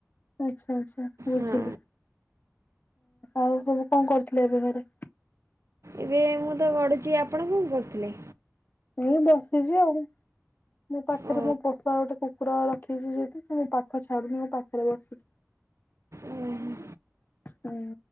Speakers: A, on the left; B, on the right.
A: ଆଚ୍ଛା, ଆଚ୍ଛା ବୁଝିଲି
B: ହଁ
A: ଆଉ ସବୁ କଣ କରୁଥିଲେ ଏବେ ଘରେ?
B: ଏବେ ମୁଁ ତ ଗଡ଼ୁଛି ଆପଣ କଣ କରୁଥିଲେ?
A: ମୁଁ ବସିଛି ଆଉ ମୋ ପାଖରେ
B: ଓ
A: ମୋ ପୋଷା ଗୋଟେ କୁ କୁର ରଖିଛି ଯେହେତୁ ସେ ମୋ ପାଖ ଛାଡୁନି ମୋ ପାଖରେ ବସିଛି।
B: ଓହୋ।
A: ହୁଁ।